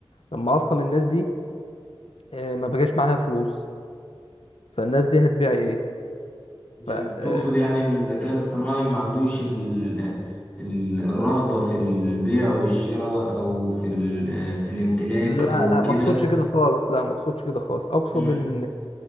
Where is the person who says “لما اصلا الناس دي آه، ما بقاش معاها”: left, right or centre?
Left